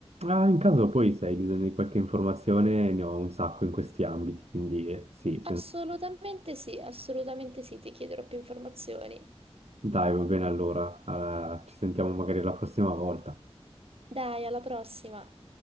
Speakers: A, on the right (about 80°); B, on the right (about 65°).
A: Ah, in caso poi se hai bisogno di qualche informazione, ne ho un sacco in questi ambiti, quindi eh, sì, sen-
B: Assolutamente sì, assolutamente sì, ti chiederò più informazioni.
A: dai, va bene allora, Ah, ci sentiamo magari la prossima volta.
B: Dai, alla prossima!